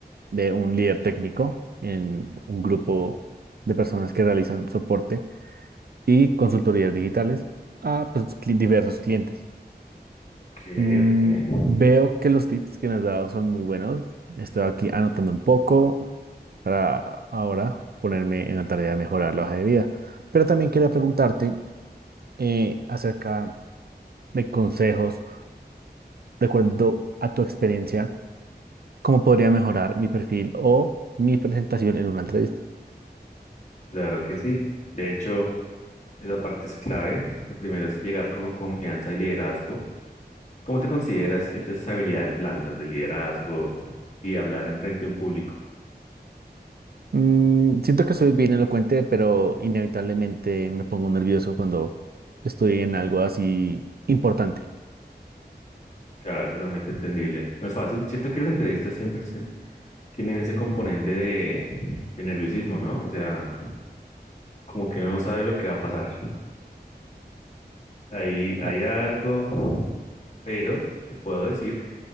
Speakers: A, on the right (about 65°); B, on the left (about 40°).
A: de un líder técnico en un grupo de personas que realizan soporte y consultorías digitales a pues, cli- diversos clientes.
B: Ok,
A: Mm,
B: ok,
A: veo que los tips que me has dado son muy buenos. Estoy aquí anotando un poco para ahora ponerme en la tarea de mejorar la hoja de vida. Pero también quería preguntarte eh, acerca de consejos, de acuerdo a tu experiencia, cómo podría mejorar mi perfil o mi presentación en una entrevista.
B: claro que sí. De hecho, esa parte es clave. Lo primero es llegar con confianza y liderazgo. ¿Cómo te consideras entre esas habilidades blandas de liderazgo y hablar en frente a un público?
A: Mm, siento que soy bien elocuente, pero inevitablemente me pongo nervioso cuando estoy en algo así importante.
B: Mm, Claro, totalmente entendible. No es fácil. Si tú quieres entrevistas, siempre se- tienen ese componente de, de nerviosismo, ¿no? O sea, como que uno no sabe lo que va a pasar. Ahí hay
A: Ah,
B: algo, pero te puedo decir